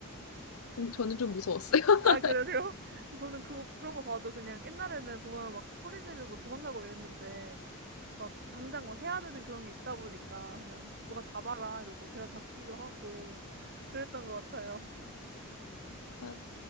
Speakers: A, on the left; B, on the right.
A: 저는 좀 무서웠어요. <laughs>
B: 아, 그러세요? <laughs> 저는 그 그런 거 봐도 그냥 옛날에는 보면 막 소리 지르고 도망가고 이랬는데 막 당장 막 해야 되는 그런 게 있다 보니까 그냥 누가 잡아라 이러고 제가 잡기도 하고 <laughs> 그랬던 것 같아요.
A: 맞아요.